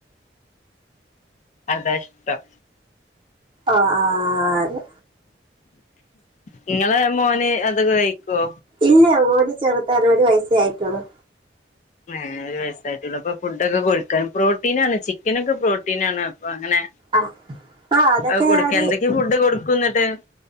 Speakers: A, on the left; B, on the right.
A: അതാ ഇഷ്ടം.
B: ആഹ്! ആഹ്! അതെ
A: നിങ്ങളെ മോന് അത് കഴിക്കൊ?.
B: ഇല്യ. ഓന് ചെർതാണ്. ഒരു വയസ്സേ ആയിട്ടുള്ളു.
A: ഏഹ്. ഒരു വയസ്സായിട്ടുള്ളു. അപ്പോ ഫുഡ്ഡക്കെ കൊടുക്കാൻ പ്രോട്ടിനാണ്. ചിക്കനൊക്കെ പ്രോട്ടിനാണ്. അപ്പോ അങ്ങനെ
B: ആഹ് ആഹ് അതൊക്കെ
A: അഹ് കൊടുക്ക.
B: ഞാന്
A: എന്തൊക്കെ ഫുഡ് കൊടുക്കും ന്നട്ട്.